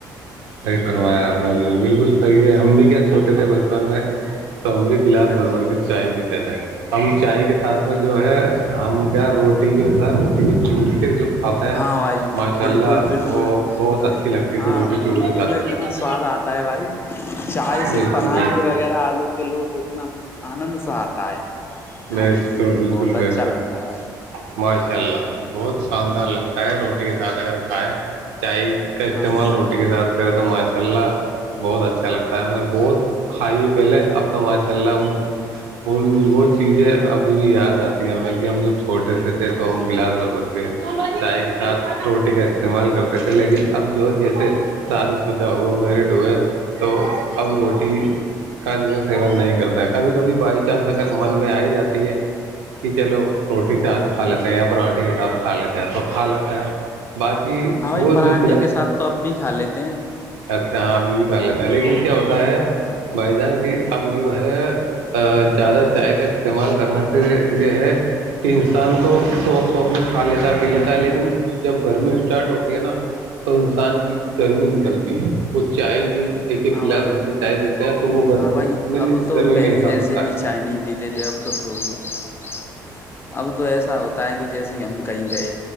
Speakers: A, on the right; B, on the left.
A: صحیح فرمایا آپ نے بالکل صحیح ہے ہم بھی کیا چھوٹے تھے بچپن میں تو ہم بھی گلاس
B: ہاں
A: بربر
B: جی
A: کے چائے پیتے تھے ہم چائے کے ساتھ میں جو ہے ہم کیا روٹی جو ہے تھا روٹی کو چور کے جو کاتے ہیں
B: ہاں بھائی
A: ماشاء
B: بالکل
A: اللہ
B: بالکل
A: وہ بہت اچھی لگتی
B: ہاں
A: تھی روٹی چور
B: روٹی
A: کے کھاتے
B: کا اتنا
A: تھے
B: سواد آتا ہے بھائی چائے سے
A: بالکل
B: پراٹھے
A: بالکل
B: وغیرہ آلو کے لو تو اتنا آنند سے آتا ہے کھانے
A: میں اس کو بالکل
B: بہت اچھا
A: بے شک
B: لگتا ہے بھائی
A: ماشاء اللہ بہت شاندار لگتا ہے روٹی کے ساتھ اگر کھائے چائے کا استعمال
B: ہاں جی
A: روٹی کے ساتھ کرے تو ماشاء اللہ بہت اچھا لگتا ہے ہم نے بہت کھائی ہے پہلے اب تو ماشاء اللہ ان ان وہ چیزیں ابھی بھی یاد آتی ہے ہمیں کہ ہم جب چھوٹے سے تھے تو ہم گلاس بھربھر کے چائے کے ساتھ روٹی کا استعمال کرتے تھے لیکن اب جو جیسے سادی شدہ ہو میرڈ ہوئے تو اب روٹی کا جو ہے سیون نہیں کرتے ہیں کبھی کبھی بائی چانس اگر من آئی جاتی ہے کہ چلو روٹی سے
B: ہاں
A: آج کھ
B: بھائی
A: لیتے ہیں یا پراٹھے ے کے ساتھ کھا لیتے ہیں تو کھا لیتا ہیں باقی
B: ہاں بھائی
A: وہ
B: پراٹھے
A: جو
B: کے ساتھ تو اب بھی کھا لیتے ہیں
A: اچھااں ابھی بھی کا لیتے ہیں لن کیا ہوتا ہے ہے
B: ہاں جی
A: بھائی جان کی اب جو ہے زیادہ چائے کا استعمال کرنے سے یہ ہے کہ انسان کو سوک سوکھ میں کھا لیتا پی لیتا ہے لیکن جب گرمی اسٹارٹ ہوتی ہے نا تو ان سے ان کی گرمی نکلتی ہے وہ چائے جو ایک ایک
B: ہاں
A: گلاس
B: بھائی
A: بھر کے چائے پیتے ہیں تو وہ گرمی
B: ہاں بھائی
A: میں
B: اب تو
A: گرمی
B: پہلے
A: میں احساس
B: جیسے
A: ہوتا
B: بھی
A: ہے
B: چائے نہیں پیتے تھے اب تو تھ اب تو ایسا ہوتا ہے کہ جیسے کہ ہم کہیں گئے